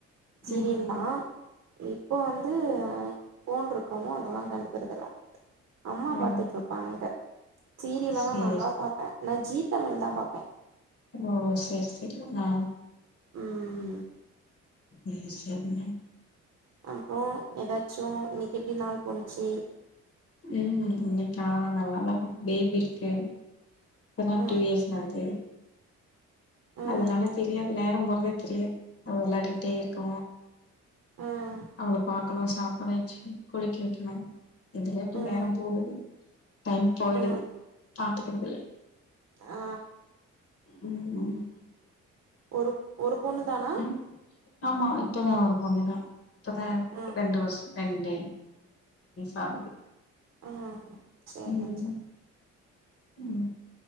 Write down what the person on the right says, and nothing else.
சீரியல்
தா இப்போ வந்து ஃபோன் ருக்கவு அதலா கண்டுக்கர்துல அம்மா
பாத்துட்ருப்பாங்க சீரியல்லலா
நல்லா பாப்ப நா ஜி தமிழ் தா பாப்ப
ம்
அப்றோ ஏதாச்சு இன்னிக் எப்டி நாள் போணுச்சி
ம்
ம்
ம்
ம்
ம்
ஆ
ஒரு ஒரு பொண்ணு தானா
ம்
ம் சரிங்க
சரி